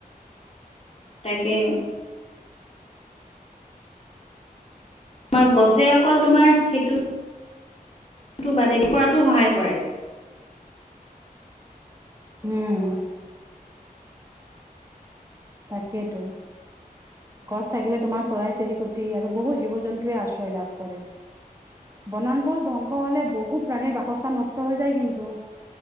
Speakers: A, on the left; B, on the right.
A: তাকে। তোমাৰ গছে অকল তোমাৰ সেইটো টো বাদেই। কৰাটো সহায় কৰে।
B: উম, তাকেতো। গছ থাকিলে তোমাৰ চৰাই চিৰিকটি আৰু বহু জীৱ জন্তুৱে আশ্ৰয় লাভ কৰে। বনাঞ্চল ধ্বংস হ'লে বহু প্ৰাণীৰ বাসস্থান নষ্ট হৈ যায় কিন্তু।